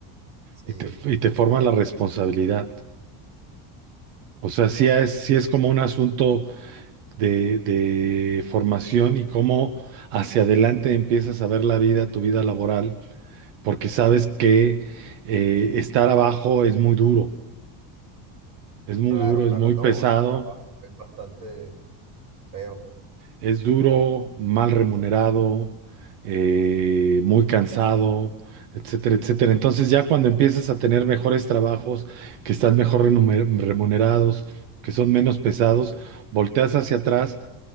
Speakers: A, on the right (about 45°); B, on the right (about 80°).
A: Sí,
B: y te, y te forma la responsabilidad. O sea, sí es, sí es como un asunto de, de formación y cómo hacia adelante empiezas a ver la vida, tu vida laboral, porque sabes que eh, estar abajo es muy duro, es muy
A: claro,
B: duro,
A: claro,
B: es muy
A: no,
B: pesado
A: el trabajo es bastante feo.
B: Es duro, mal remunerado, eh, muy cansado, etcétera, etcétera. Entonces ya cuando empiezas a tener mejores trabajos, que están mejor renumer- remunerados, que son menos pesados, volteas hacia atrás,